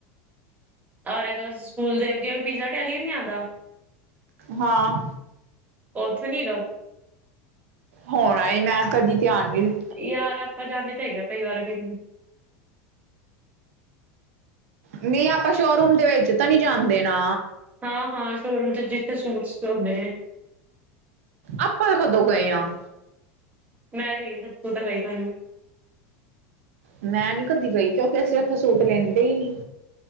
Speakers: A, on the right; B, on the right.
A: ਆਰਯਾ ਗਲਸ ਸਕੂਲ ਦੇ ਅੱਗੇ ਪੀਜ਼ਾ ਇਟੈਲੀਅਨ ਨੀ ਆਂਦਾ।
B: ਹਾਂ।
A: ਓ ਉੱਥੇ ਨੀ ਐਗਾ।
B: ਹੋਣਾਈ ਮੈਂ ਕਦੀ ਧਿਆਨ ਨੀ ਦਿ
A: ਯਾਰ ਆਪਾਂ ਜਾਂਦੇ ਤਾਂ ਐਗੇ ਆ ਕਈ ਵਾਰੇ ਦਿਨ।
B: ਨੀ ਆਪਾਂ ਸ਼ੋਰੂਮ ਦੇ ਵਿੱਚ ਤਾਂ ਨੀ ਜਾਂਦੇ ਨਾ।
A: ਹਾਂ-ਹਾਂ ਸ਼ੋਰੂਮ ਚ ਜਿੱਥੇ ਸੂਟਸ ਹੁੰਦੇ ਨੇ।
B: ਆਪਾਂ ਕਦੋਂ ਗਏ ਆ?
A: ਮੈਂ ਗਈ ਆ ਸੱਚ ਤੂੰ ਤਾਂ ਗਈ ਕੋਈ ਨੀ।
B: ਮੈਂ ਨੀ ਕਦੀ ਗਈ ਕਿਉਂਕਿ ਅਸੀਂ ਓਥੋਂ ਸੂਟ ਲੈਂਦੇ ਈ ਨੀ।